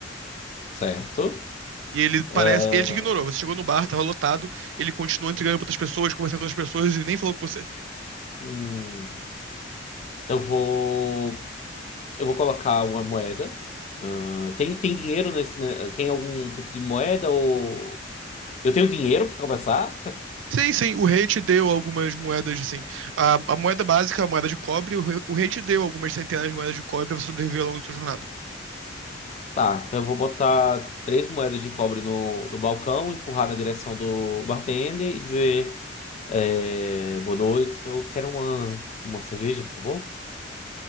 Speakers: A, on the left; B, on the right.
A: Certo.
B: E ele parece,
A: Ah,
B: ele te ignorou, você chegou no bar, tava lotado, ele continuou entregando pra outras pessoas, conversando com outras pessoas e nem falou com você.
A: hum, eu vou. Eu vou colocar uma moeda. Ah, tem, tem dinheiro nesse, né? Tem algum tipo de moeda ou. Eu tenho dinheiro para começar? <laughs>
B: Sim, sim, o rei te deu algumas moedas, assim, a, a moeda básica, a moeda de cobre, o rei, o rei te deu algumas centenas de moedas de cobre pra você sobreviver ao longo da sua jornada.
A: Tá, então eu vou botar três moedas de cobre no, no balcão, empurrar na direção do bartender e dizer: é, Boa noite, eu quero uma, uma cerveja, por favor.